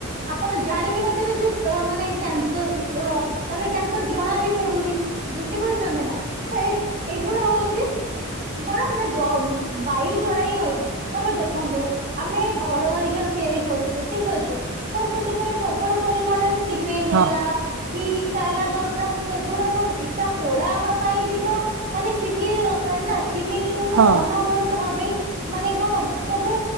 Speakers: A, on the right; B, on the right.
A: ଆପଣ ଜାଣିବି ନଥିବେ ଯେ କ ମାନେ କ୍ୟାନସରର ତାପରେ କ୍ୟାନସର ଜଣା ବି ପଡୁନି ବୁଝିପାରୁଚନ୍ତି ନା ତ ଏ ଏଇଗୁଡା ହୋଉଚି କଣ ନା ଜ ବାୟୁ ଦ୍ଵାରା ହିଁ ହୋଉଚି ତମେ ଦେଖନ୍ତୁ ଆମେ ଘର ହରିକି ଯ ତିଆରି କରୁଚେ ଠିକ ଅଛି ତ ସେଥିପାଇଁ ପ୍ରବଳ ପରିମାଣରେ ସିମେଣ୍ଟ
B: ହଁ ହଁ
A: ହେଲା କି ଇଟା ହେଲା ଦରକାର ସେଗୁଡାକ ଇଟା ପୋଡା ହବା ପାଇଁ ବି ତ ମାନେ ଚିମିନି ଦରକାର ନା ଚିମିନିରୁ ତ
B: ହଁ
A: ଅନାବରତ ଭାବେ ମାନେ କଣ ସବୁ